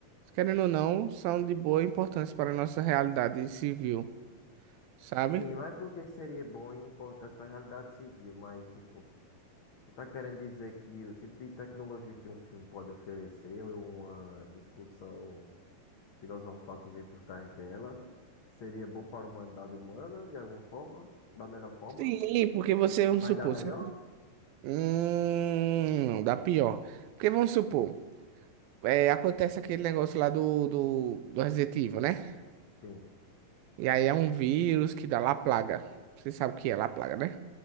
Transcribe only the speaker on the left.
Sim, mas por que seria bom e importante para a realidade civil? Mas, tipo, você tá querendo dizer que o tipo de tecnologia que um filme pode oferecer, ou uma discussão filosofal que vem por trás dela, seria bom para a humanidade humana, de alguma forma? Da melhor forma?
Mas
da melhor?
Sim,